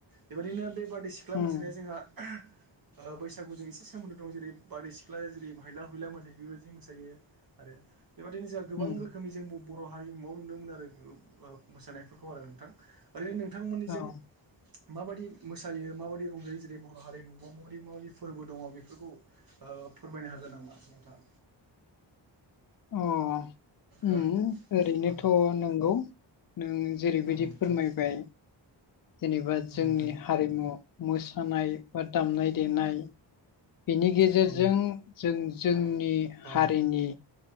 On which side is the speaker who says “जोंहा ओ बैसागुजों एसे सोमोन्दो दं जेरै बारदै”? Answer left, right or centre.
Right